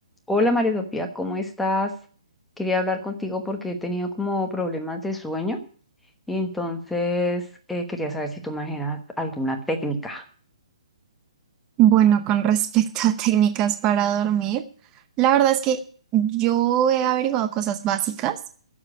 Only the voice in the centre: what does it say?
Hola María Sofía, ¿cómo estás? Quería hablar contigo porque he tenido como problemas de sueño y entonces eh, quería saber si tú manejas alguna técnica.